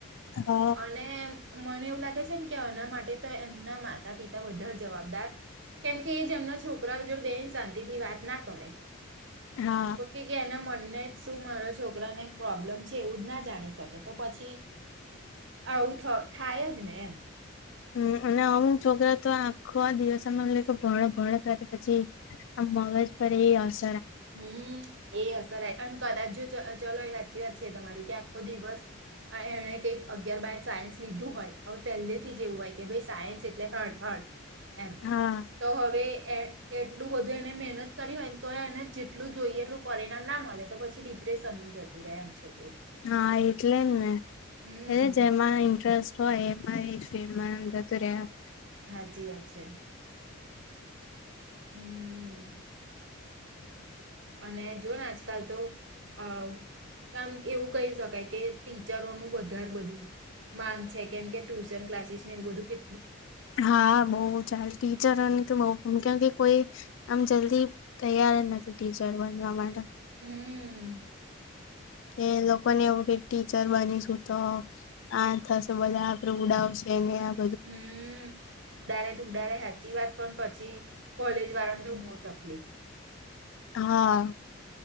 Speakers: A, on the left; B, on the right.
A: હા
B: અને મને એવું લાગે છે ને કે આના માટે તો એમના માતા પિતા વધારે જવાબદાર કેમકે એજમના છોકરાઓ જોડ બેન શાંતિ થી વાત ના કરે
A: હા
B: કોકી કના તમને શું મારા છોકરાને પ્રોબ્લેમ છે એવું જ ના જાણી શકે તો પછી આવું થાય જ ને એમ
A: હમ્મ અને અમુક છોકરા તો આખો આ દિવસમાં ભણ ભણ કરે પછી આ મગજ પર એ અસ
B: હમ્મ એ અસર આઈ અને કદાજ જો જ ચાલો એ સાચી વાત છે તમારી કે આખો દિવસ એણે કઈક અગિયાર બાર સાયન્સ લીધું હોય હવે પહેલેથી જ એવું હોય કે ભાઈ સાયન્સ એટલે હાર્ડ હાર્ડ. એમ
A: હા
B: તો હવે એ એટલું બધું એને મહેનત કરી હોય ને તો એને જેટલું જોઈએ એટલું પરિણામ ના મળે તો પછી ડિપ્રેશનમાં જતું રહે એમ છોકરું
A: હા એટલે ને.
B: હમ
A: એ જેમાં ઇન્ટરેસ્ટ હ એમાં એ સ્ટ્રીમ વાલાનું જતું રીહ્યા.
B: હાચી વાત છે. હમ્મ. અને જો ને આજકાલ તો અ આામ એવું કહી શકાય કે ટીચરોનું વધારે બધું માંગ છે કેમ કે ટ્યુશન ક્લાસીસ ને એવું બધું કે
A: હા બઉ ચાલ ટીચરોની તો બઉ હમ્મ કે કે કોઈ આમ જલ્દી તૈયાર નથી ટીચર બનવા માટે.
B: હમ્મ.
A: એ લોકો ને એવું કે ટીચર બનીશું તો આ થશે બધા આપડે ઉડાવશે ને આમ.
B: હમ્મ ઉડારે તો ઉડારે સાચી વાત પર પણ. પછી કોલેજ વાળા ને તો બોહ તકલીફ.
A: હા.